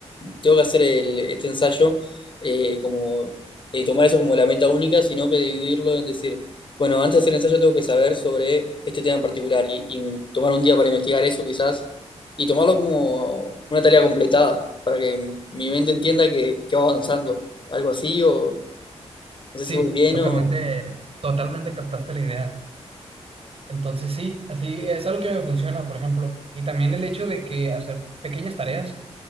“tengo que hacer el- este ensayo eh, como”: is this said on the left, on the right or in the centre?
Left